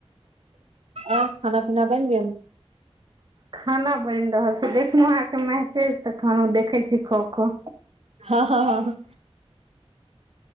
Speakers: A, on the right; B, on the right.
A: आओर खाना पीना बनि गेल?
B: खाना बनि रहल छै, देखलौं अहाँके मैसेज त कहलौं देखै छी क ख।
A: हँ हँ हँ